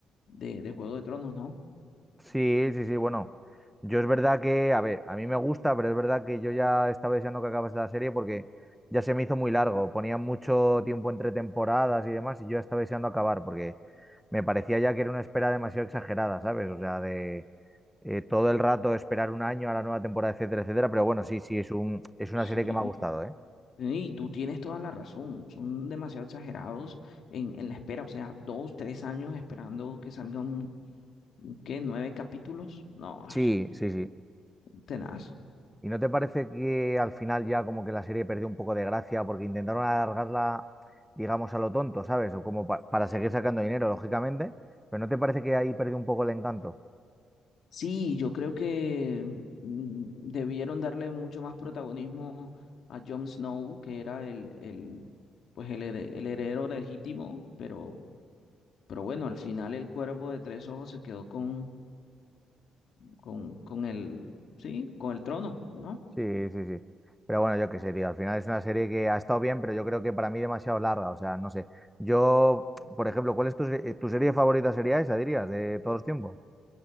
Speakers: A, on the left; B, in the centre.
A: de, de Juego de Tronos, ¿no?
B: Sí, sí, sí, bueno. Yo es verdad que, a ver, a mí me gusta, pero es verdad que yo ya estaba deseando que acabase la serie porque ya se me hizo muy largo. Ponían mucho tiempo entre temporadas y demás y yo ya estaba deseando acabar porque me parecía ya que era una espera demasiado exagerada, ¿sabes? O sea, de eh, todo el rato esperar un año a la nueva temporada, etcétera, etcétera. Pero bueno, sí, sí, es un, es
A: Sí.
B: una serie que me ha gustado, ¿eh?
A: Y tú tienes toda la razón. Son demasiado exagerados en, en la espera. O sea, dos, tres años esperando que salgan ¿qué? ¿Nueve capítulos? No,
B: Sí,
A: es
B: sí, sí.
A: tenaz.
B: ¿Y no te parece que al final ya como que la serie perdió un poco de gracia porque intentaron alargarla, digamos, a lo tonto, ¿sabes? O como pa- para seguir sacando dinero, lógicamente, pero ¿no te parece que ahí perdió un poco el encanto?
A: Sí, yo creo que mm, debieron darle mucho más protagonismo a Jon Snow, que era el, el, pues el, here- el heredero legítimo, pero, pero bueno, al final el cuervo de tres ojos se quedó con, con, con el, sí, con el trono, ¿no?
B: Sí, sí, sí. Pero bueno, yo qué sé, tío, al final es una serie que ha estado bien, pero yo creo que para mí demasiado larga, o sea, no sé. Yo, por ejemplo, ¿cuál es tu, se- eh, tu serie favorita sería esa, dirías, de todos los tiempos?